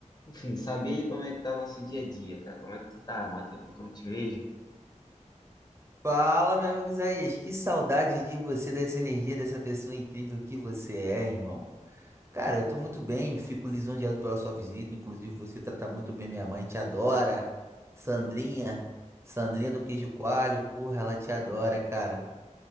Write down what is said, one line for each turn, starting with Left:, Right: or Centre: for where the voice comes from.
Left: Enfim, saber aí como é que tá nosso dia a dia, cara. Como é que tu tá? Mó tempo que eu não te vejo.
Right: Fala, meu amigo Isaías, que saudade de você, dessa energia, dessa pessoa incrível que você é, irmão. Cara, eu tô muito bem, fico lisonjeado pela sua visita, inclusive você trata muito bem minha mãe, te adora. Sandrinha, Sandrinha do Queijo Coalho, porra, ela te adora, cara.